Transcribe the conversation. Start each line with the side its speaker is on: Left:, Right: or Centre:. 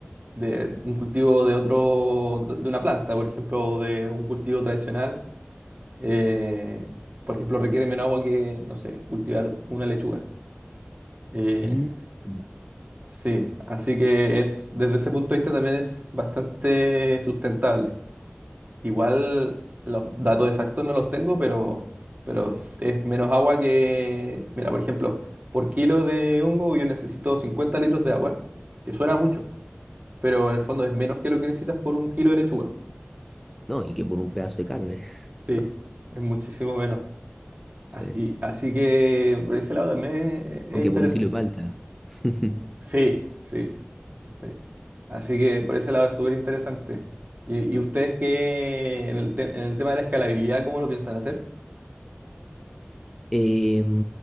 Right: de un cultivo de otro, de una planta, por ejemplo, o de un cultivo tradicional. eh, por ejemplo, requiere menos agua que, no sé, cultivar una lechuga. Eh,
Centre: Mm, mm.
Right: sí, así que es, desde ese punto de vista también es bastante sustentable. Igual los datos exactos no los tengo, pero, pero s- es menos agua que... Mira, por ejemplo, por kilo de hongo yo necesito 50 litros de agua, que suena mucho, pero en el fondo es menos que lo que necesitas por un kilo de lechuga.
Centre: No, y que por un pedazo de carne,
Right: Sí,
Centre: <laughs>
Right: es muchísimo menos.
Centre: sí.
Right: Así, así que por ese lado también es, es
Centre: O que
Right: interesante.
Centre: por un kilo de palta. <laughs>
Right: Sí, sí, sí. Así que por ese lado es súper interesante. ¿Y, y ustedes qué, en el, te- en el tema de la escalabilidad, cómo lo piensan hacer?
Centre: Eh,